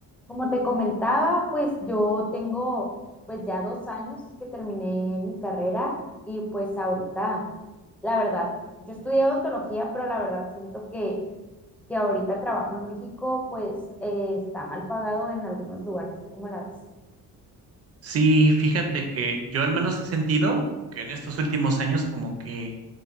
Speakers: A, in the centre; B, on the right.
A: Como te comentaba, pues yo tengo pues ya dos años que terminé mi carrera y pues ahorita, la verdad, yo estudié odontología, pero la verdad siento que, que ahorita el trabajo en México pues eh, está mal pagado en algunos lugares. ¿Tú cómo la ves?
B: Sí, fíjate que yo al menos he sentido que en estos últimos años como que